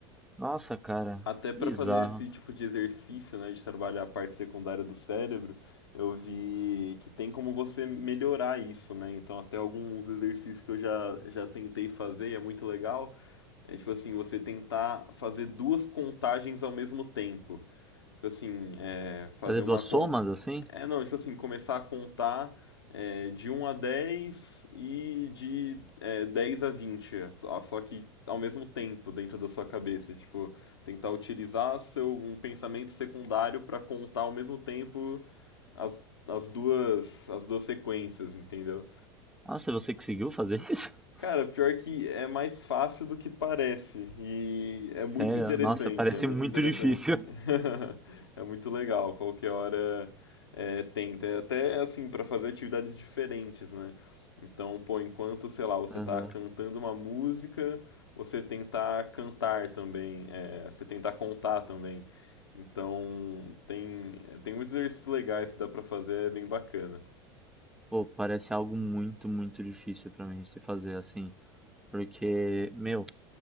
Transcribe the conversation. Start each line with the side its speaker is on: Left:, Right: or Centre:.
Centre: Nossa, cara,
Left: até pra
Centre: bizarro.
Left: fazer esse tipo de exercício, né, de trabalhar a parte secundária do cérebro, eu vi que tem como você melhorar isso, né? Então, até alguns exercícios que eu já, já tentei fazer, e é muito legal É tipo assim, você tentar fazer duas contagens ao mesmo tempo. Tipo assim, é, fazer
Centre: Fazer
Left: uma
Centre: duas somas
Left: con...
Centre: assim?
Left: É, não, tipo assim, começar a contar é, de um a 10 e de é, 10 a vinte só só que ao mesmo tempo dentro da sua cabeça. Tipo, tentar utilizar seu, um pensamento secundário para contar ao mesmo tempo as, as duas, as duas sequências, entendeu?
Centre: Nossa, é você conseguiu fazer isso? <laughs>
Left: Cara, pior que é mais fácil do que parece. E é
Centre: Sério?
Left: muito interessante,
Centre: Nossa, parece
Left: é muito
Centre: muito
Left: interessante.
Centre: difícil.
Left: <laughs> É muito legal, qualquer hora é, tenta. É Até assim, pra fazer atividades diferentes, né? Então, pô, enquanto, sei lá, você
Centre: Aham.
Left: tá cantando uma música, você tentar cantar também, é, você tentar contar também. Então, tem, tem muitos exercícios legais que dá pra fazer, é bem bacana.
Centre: Pô, parece algo muito, muito difícil pra mim se fazer assim. Porque, meu,